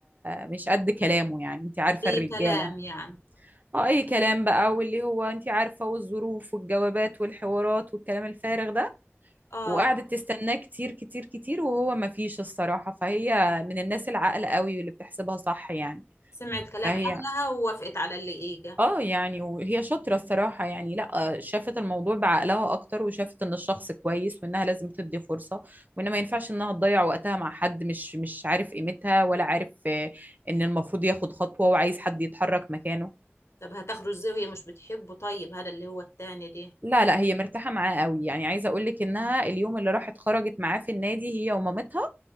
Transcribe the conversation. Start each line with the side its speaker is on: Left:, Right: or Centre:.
Right: مش قد كلامه يعني انت عارفة
Left: اي
Right: الرجالة
Left: كلام يعني
Right: اه اي كلام بقى واللي هو انت عارفة والظروف والجوابات والحوارات والكلام الفارغ ده
Left: اه
Right: وقعدت تستناه كتير كتير كتير وهو ما فيش الصراحة فهي من الناس العاقلة قوي واللي بتحسبها صح يعني
Left: سمعت كلام
Right: فهي
Left: أهلها ووافقت على اللي إيجا
Right: اه يعني وهي شاطرة الصراحة يعني لا شافت الموضوع بعقلها اكتر وشافت ان الشخص كويس وانها لازم تدي فرصة وان ما ينفعش انها تضيع وقتها مع حد مش مش عارف قيمتها ولا عارف آه، ان المفروض ياخد خطوة وعايز حد يتحرك مكانه
Left: طب هتاخده ازاي وهي مش بتحبه طيب هذا اللي هو التاني دي
Right: لا لا هي مرتاحة معاه قوي يعني عايزة اقول لك انها اليوم اللي راحت خرجت معاه في النادي هي ومامتها